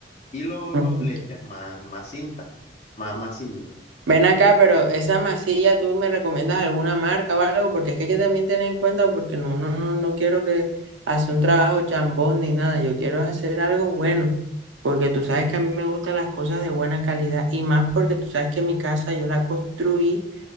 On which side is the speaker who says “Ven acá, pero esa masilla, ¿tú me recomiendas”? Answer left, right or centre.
Right